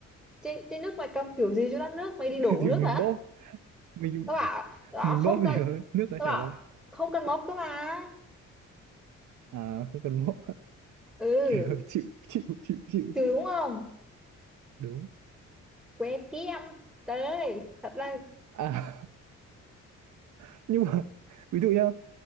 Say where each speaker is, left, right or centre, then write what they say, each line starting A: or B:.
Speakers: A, in the centre; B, on the right.
A: chai, chai nước mày cầm kiểu gì cho ra nước mày đi đổ
B: <laughs> thì
A: nước
B: mình
A: hả
B: bóp mình
A: tao bảo đó
B: mình bóp
A: không cần
B: thì nó- nước nó
A: tao
B: chảy
A: bảo
B: ra
A: không cần bóp cơ mà
B: à không cần bóp <laughs>
A: ừ
B: kiểu chịu chịu chịu chịu
A: trừ đúng không
B: đúng
A: que kiếm tới thật ra
B: à <laughs> nhưng mà ví dụ nhá